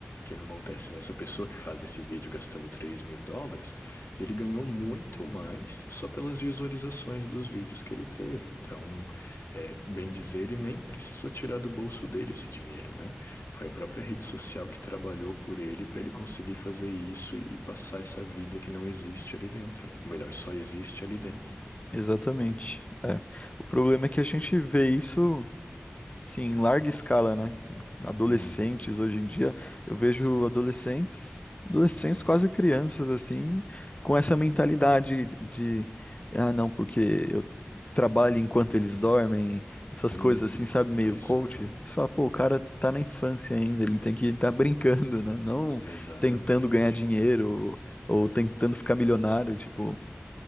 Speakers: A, on the left; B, on the left.
A: que que acontece, né? Essa pessoa que faz esse vídeo gastando três mil dólares, ele ganhou muito mais só pelas visualizações dos vídeos que ele teve. Então, é, bem dizer, ele nem precisou tirar do bolso dele esse dinheiro, né? Foi a própria rede social que trabalhou por ele para ele conseguir fazer isso e, e passar essa vida que não existe ali dentro, né? Ou melhor, só existe ali dentro.
B: Exatamente. O problema é que a gente vê isso Sim, em larga escala, né? Adolescentes
A: Uhum,
B: hoje em dia, eu vejo adolescentes, adolescentes quase crianças assim, com essa mentalidade de, ah, não, porque eu trabalho enquanto eles dormem, essas
A: uhum,
B: coisas assim, sabe, meio
A: exato,
B: coach. Você fala, pô, o cara tá na infância ainda, ele tem que estar brincando, né? Não
A: exatamente.
B: tentando ganhar dinheiro ou tentando ficar milionário, tipo,